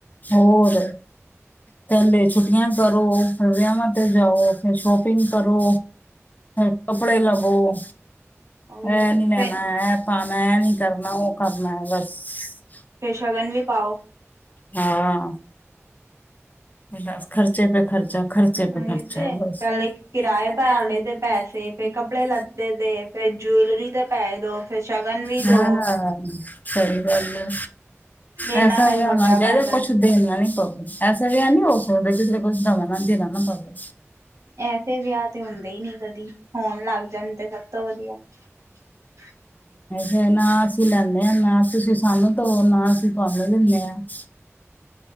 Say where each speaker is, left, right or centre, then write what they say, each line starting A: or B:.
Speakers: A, on the left; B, on the right.
A: ਹੋਰ। ਪਹਲੇ ਛੁੱਟੀਆਂ ਕਰੋ। ਫਿਰ ਵਯਾਂਵਾ ਤੇ ਜਾਓ। ਫਿਰ ਸ਼ੋਪਿੰਗ ਕਰੋ। ਕੱਪੜ ਲਵੋ
B: ਉਹੀ
A: ਏਹ ਨੀ ਲੇਨਾ
B: ਫਿਰ
A: ਏ ਪਾਣੈ। ਏ ਨੀ ਕਰਨਾ ਉਹ ਕਰਨਾ ਏ, ਬਸ।
B: ਫੇਰ ਸ਼ਗਨ ਵੀ ਪਾਓ
A: ਹਾਂ। ਬਸ ਖਰਚੇ ਪੇ ਖਰਚਾ -ਖਰਚੇ
B: ਇਹ
A: ਪੇ ਖਰਚਾ
B: ਤੇ
A: ਹੈ ਬਸ
B: ਪਹਿਲੇ
A: ਫਿਰ ਕਿਰਾਏ
B: ਭਰ
A: ਦਾ
B: ਲਏ
A: ਪ ਲੇ
B: ਤੇ ਪੈਸੇ ਫੇਰ
A: ਕਪੜੇ
B: ਕੱਪੜੇ ਲੱਤੇ
A: ਲ
B: ਦੇ ਫੇਰ ਜੂਲਰੀ ਤੇ ਪੈ ਦੋ ਫੇਰ ਸ਼ਗਨ ਵੀ ਦੋ
A: ਹਾਂ <unintelligible> ਸਹੀ ਗੱਲ ਹੈ।
B: ਇੰਨਾ
A: ਐਸਾ
B: ਮਹਿੰਗਾ
A: ਵਯਾ ਨ
B: ਵਿਆਹ
A: ਜਾਏ,
B: ਪੈਂਦਾ
A: ਕੁਛ ਦੇਣਾ ਨੀ ਪਵੇ। ਏਸਾ ਹੋਵੇ ਕਿਤਰੇ ਕੁਛ ਦਵਾ ਨਾ ਦੇਣਾ ਨਾ ਪਵੇ।
B: ਐਸੇ ਵਆਹ ਤੇ ਹੁੰਦੇ ਈ ਨੀ ਕਦੀ, ਹੋਣ ਲੱਗ ਜਾਨ ਤੇ ਸਭ ਤੋਂ ਵਧੀਆ। <inaudible>
A: ਹੂ ਨਾ ਅਸੀਂ ਲੈਨੇ ਆ ਨਾ ਤੁਸੀਂ ਸਾਨੂੰ ਦਿਉ ਨਾ ਅਸੀਂ ਤੁਆਨੂੰ ਦਿੰਨੇ ਆ। <inaudible>